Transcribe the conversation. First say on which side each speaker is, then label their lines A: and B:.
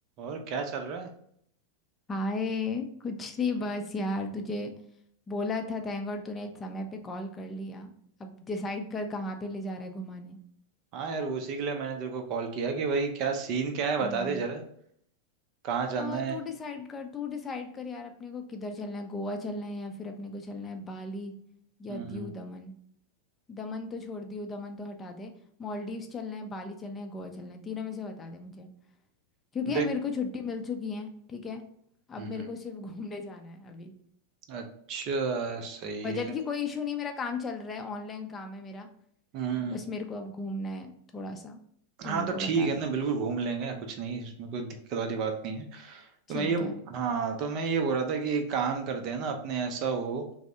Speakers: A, on the right; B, on the left.
A: और क्या चल रहा है
B: हाय कुछ नहीं बस यार तुझे बोला था थैंक गॉड तूने इस समय पे कॉल कर लिया अब डिसाइड कर कहाँ पे ले जा रहा है घुमाने
A: हाँ यार उसी के लिए मैंने तेरे को कॉल किया कि भाई क्या सीन क्या है बता
B: हम्म
A: दे जरा कहाँ चलना
B: अ,
A: है
B: तू डिसाइड कर तू डिसाइड कर यार अपने को किधर चलना है गोवा चलना है या फिर अपने को चलना है बाली या
A: हम्म
B: दीव दमन दमन तो छोड़ दीव दमन तो हटा दे मॉलडीव्स चलना है बाली चलना है गोवा चलना है तीनों में से बता दे मुझे क्योंकि यार
A: देख
B: मेरे को छुट्टी मिल चुकी है ठीक है
A: हम्म
B: अब मेरे को सिर्फ <laughs> घूमने जाना है अभी
A: अच्छा सही
B: बजट
A: है
B: की कोई इशू नहीं मेरा काम चल रहा है ऑनलाइन काम है मेरा
A: हम्म
B: बस मेरे को अब घूमना है थोड़ा सा तो
A: हाँ
B: मेरे
A: तो
B: को
A: ठीक
B: बता
A: है
B: दे
A: ना बिल्कुल घूम लेंगे कुछ नहीं इसमें कोई दिक्कत वाली बात नहीं है
B: ठीक
A: तो मैं ये
B: है
A: हाँ तो मैं ये बोल रहा था कि एक काम करते हैं ना अपने ऐसा हो